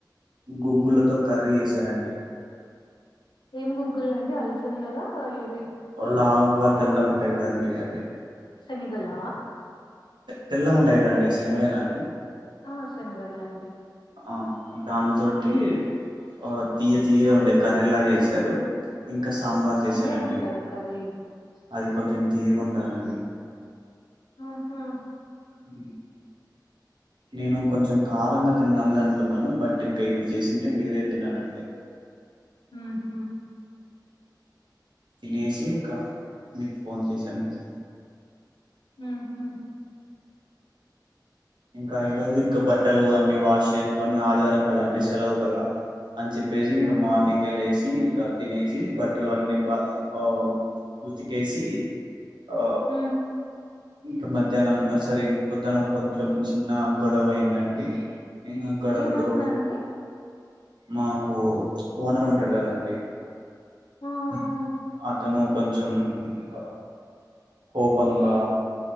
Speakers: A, on the right (about 80°); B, on the left (about 85°).
A: గుగ్గులతో కర్ర ఏసిరండి
B: ఏమి గుగ్గులు అండి అలసందల ఏది
A: ఓ లావు గా తెల్లాగా ఉంటాయి ఉడండి చూడు అవి
B: సేనిగళ
A: తెల్లగా ఉంటాయి గదా అండి శనగలేన అవి
B: ఆ శనగలే అండి
A: ఆ దాని తోని ఆ తీయ తీయ ఉండే కర్రీలాగా చేసారు ఇంకా సాంబార్ చేసారండి
B: తియ్యగుంటది కర్రీ
A: అది కొంచెం తీయగా ఉంటందండి.
B: ఆహా
A: హ్మ్ నేను కొంచెం కారంగా తిన్నామని అనుకున్నాను బట్ ఇంకా ఇది చేసింటే ఇంక ఏదే తిన్నలండి.
B: ఉహుం
A: తినేసి ఇంకా మీకు ఫోన్ చేశానండి
B: హు హుమ్
A: ఇంకా ఈ రోజు ఇంకా బట్టలు అన్ని వాష్ చేసుకొని ఆదివారం కదండి సెలవు కదా అని చెప్పేసి
B: ఉ
A: మార్నింగ్ ఇగ లేసి ఇంకా తినేసి బట్టలు అన్నీ బా ఆ ఉతికేసి ఆ
B: ఉ
A: ఇక మధ్యాహ్నం సరి పొద్దున పో కొంచెం చిన్న గొడవ అయిందండి నేను గొడవతో
B: ఏమైందండి
A: మాకు వ్చ్ ఓనర్ ఉంటాడు కదా అండి
B: ఆ
A: వ్మ్
B: ఆ
A: అతను కొంచం ఆ కోపంగా